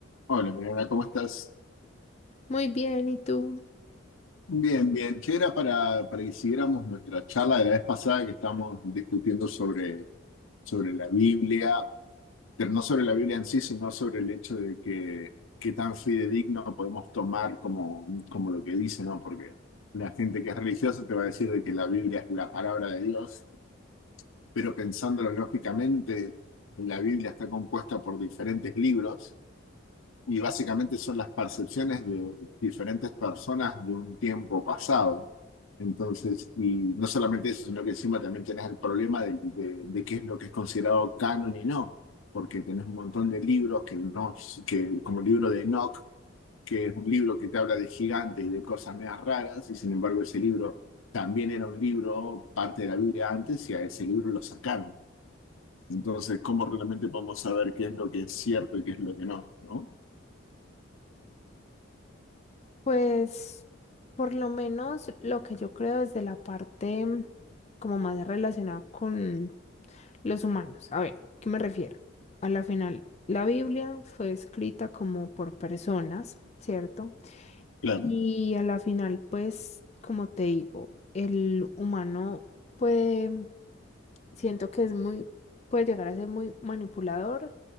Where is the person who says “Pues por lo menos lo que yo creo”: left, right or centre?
Left